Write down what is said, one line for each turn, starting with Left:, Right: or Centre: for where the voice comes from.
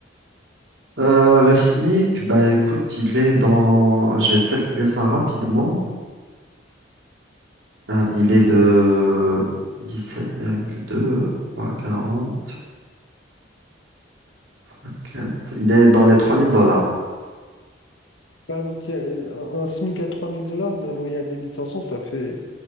Right: Euh, le SMIC, bah écoute, il est dans, je vais te calculer ça rapidement. Euh, Il est de 17,2 fois 40, fois 4. Il est dans les 3000 dollars.
Left: Ah, donc, il y a euh, un, un SMIC à 3000 dollars, mais un loyer à 2500 ça fait,